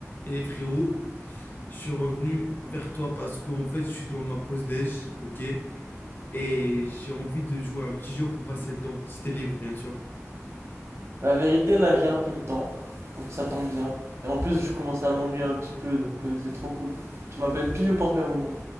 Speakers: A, on the left; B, on the right.
A: Et frérot, je suis revenu vers toi parce qu'en fait, je suis dans ma pause déj, ok? Et j'ai envie de jouer à un petit jeu pour passer le temps. Si t'es libre, bien sûr.
B: La vérité, là, j'ai un peu le temps, donc ça tombe bien. Et en plus, je commence à m'ennuyer un petit peu, donc euh, c'est trop cool. Tu m'appelles pile au parfait moment.